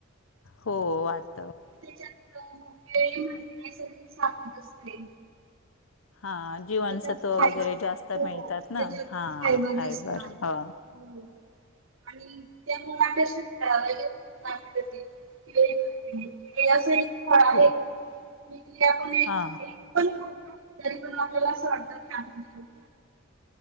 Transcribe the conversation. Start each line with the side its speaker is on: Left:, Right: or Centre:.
Left: हो वाट
Right: त्याच्यात होपीळी म नैसर्गिक साप असते
Left: हा जीवनसत्व
Right: त्याच्यातई
Left: वगैरे जास्त
Right: हो
Left: मिळतात
Right: त्याच्यात
Left: ना हा
Right: साईमान
Left: फायबर
Right: असतात
Left: ह
Right: हो आणि त्यामुळेल्या <unintelligible> के केळी असं एक फळ आहे
Left: हो
Right: तिथे आपण एक
Left: हा
Right: एक पण तरी पण आपल्याला असं वाटतं की आपण जेवयच